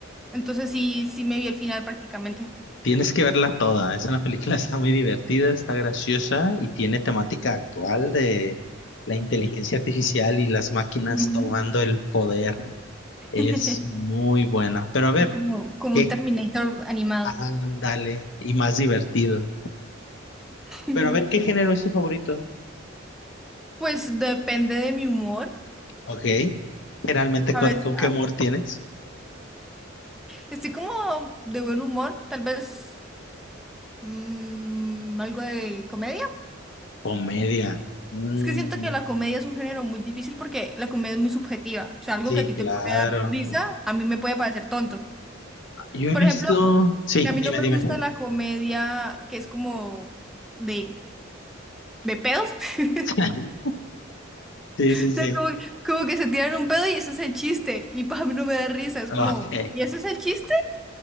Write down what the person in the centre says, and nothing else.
Entonces sí, sí me vi el final prácticamente.
Ujú.
<laughs>
Era Como, como
un Terminator animado.
<laughs>
Pues depende de mi humor.
A
veces
<laughs>
estoy como de buen humor, tal vez mm, algo de comedia.
Es que siento que la comedia es un género muy difícil porque la comedia es muy subjetiva. O sea, algo
que a ti
te puede dar risa, a mí me puede parecer tonto.
Por
ejemplo,
A mí
no me
gusta la comedia que es como de, de pedos. <laughs>
O
sea, como, como que se tiran un pedo y eso es el chiste. Y para mí no me da risa. Es
como, ¿y eso es el chiste?